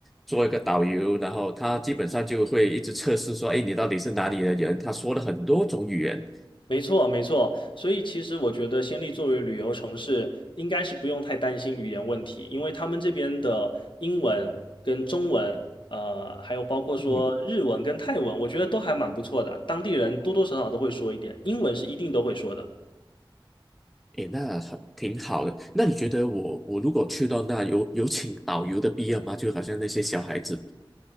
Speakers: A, in the centre; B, on the left.
A: 做一个导游，然后他基本上就会一直测试说，哎，你到底是哪里的人？他说了很多种语言。
B: 没错，没错。所以其实我觉得暹粒作为旅游城市，应该是不用太担心语言问题，因为他们这边的英文跟中文，呃，还有包括说日文跟泰文，
A: 嗯。
B: 我觉得都还蛮不错的。当地人多多少少都会说一点，英文是一定都会说的。
A: 诶，那很挺好的。那你觉得我我如果去到那有有请导游的必要吗？就好像那些小孩子，